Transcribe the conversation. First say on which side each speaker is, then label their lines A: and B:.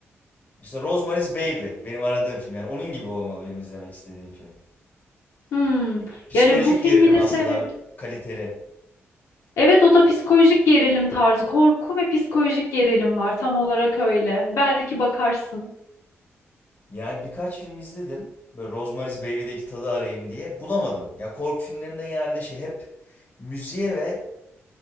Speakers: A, on the left; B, on the left.
A: Mesela Rosemary's Baby benim aradığım film. Yani onun gibi olmalı benim izlemek istediğim film.
B: Hmm.
A: Psikolojik
B: Yani bu filmi
A: gerilim
B: de
A: aslında
B: sevebilirim.
A: daha böyle kaliteli.
B: Evet o da psikolojik gerilim tarzı. Korku ve psikolojik gerilim var. Tam olarak öyle. Belki bakarsın.
A: Yani birkaç film izledim. Böyle Rosemary's Baby'deki tadı arayayım diye. Bulamadım. Ya korku filmlerinde genelde şey hep müziğe ve